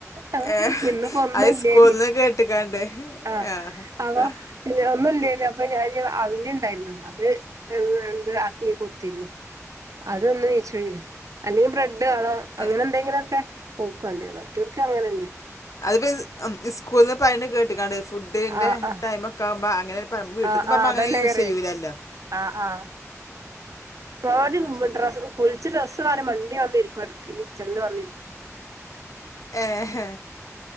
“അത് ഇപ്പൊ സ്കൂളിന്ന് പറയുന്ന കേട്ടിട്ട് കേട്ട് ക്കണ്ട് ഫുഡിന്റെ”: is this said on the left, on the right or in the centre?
Left